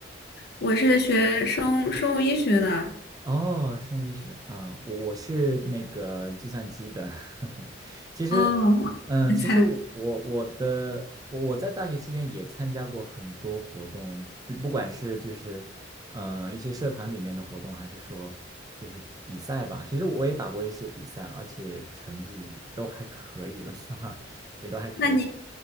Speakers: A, on the left; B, on the right.
A: 我是学生生物医学的。
B: 哦，生物医学啊，我我是那个计算机的，<laughs> 其实，
A: 哦，
B: 嗯，
A: 人才。
B: 其实我我我的我我在大学期间也参加过很多活动，不不管是就是呃一些社团里面的活动，还是说就是比赛吧。其实我也打过一些比赛，而且成绩都还可以了，<laughs> 哈哈，也都还可以。
A: 那你